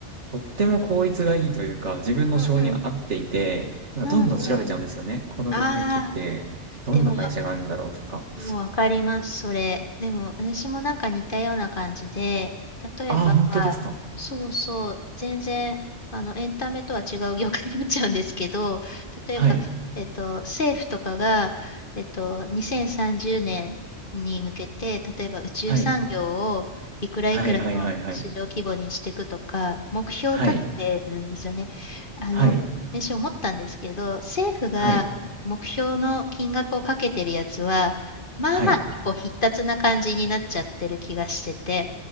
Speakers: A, on the right; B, on the left.
A: とっても効率がいいというか、自分の性に合っていて、
B: うん。
A: なんかどんどん調べちゃうんですよね。
B: うんうん。
A: この領域って、
B: ああ、
A: どんな会社があるんだろうとか。
B: でも、でもわかります、それ。でも、私もなんか似たような感じで、例えば、
A: ああ、本当ですか。
B: そうそう、全然、あの、エンタメとは違う業界になっちゃうんですけど、例えば、
A: はい。
B: えっと、政府とかが、えっと、2030年に向けて、例えば宇宙産業をいくらいくらの市場規模にしていくとか、
A: はい。はい、はい、はい、はい。
B: 目標を立ててるんですよね。
A: はい。
B: あの、
A: はい。
B: 私思ったんですけど、政府が目標の金額をかけてるやつは、
A: はい。
B: まあまあ結構必達な感じになっちゃってる気がしてて、
A: はい。